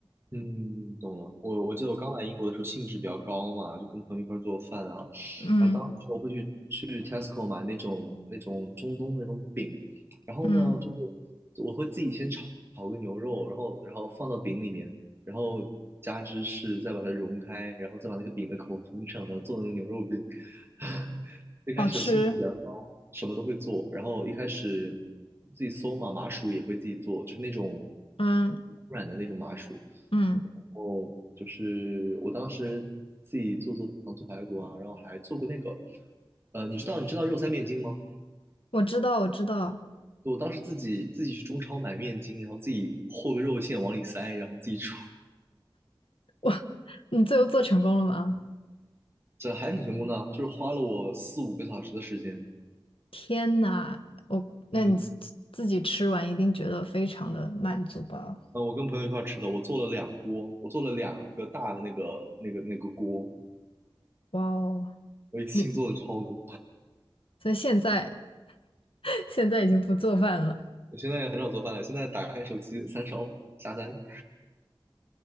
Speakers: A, on the right; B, on the left.
A: 嗯，懂了。我我记得我刚来英国的时候兴致比较高嘛，就跟朋友一块儿做饭啊，
B: 嗯
A: 然后当时我会去去 Tesco 买那种那种中东那种饼，然后呢，
B: 嗯，
A: 就是我会自己先炒炒个牛肉，然后然后放到饼里面，然后加芝士，再把它融开，然后再把那个饼的口封上，然后做那种牛肉饼。<laughs> 一开始兴致比较高，
B: 好吃。
A: 什么都会做，然后一开始自己搜嘛，麻薯也会自己做，就是那种
B: 嗯
A: 软的那种麻薯。
B: 嗯，
A: 后就是我当时自己做做糖醋排骨啊，然后还做过那个，呃，你知道你知道肉塞面筋吗？
B: 我知道我知道，
A: 我当时自己自己去中超买面筋，然后自己和个肉馅往里塞，然后自己煮，
B: 我 <laughs> 你最后做成功了吗？
A: 这还挺成功的啊，就是花了我四五个小时的时间。
B: 天呐，我那你自自己吃完一定觉得非常的满足吧？
A: 嗯，呃，我跟朋友一块儿吃的，我做了两锅，我做了两个大的那个那个那个锅，
B: 哇哦，
A: 我一次性做了超多。
B: 你所以现在 <laughs> 现在已经不做饭了。
A: <laughs> 我现在也很少做饭了，现在打开手机三烧下单，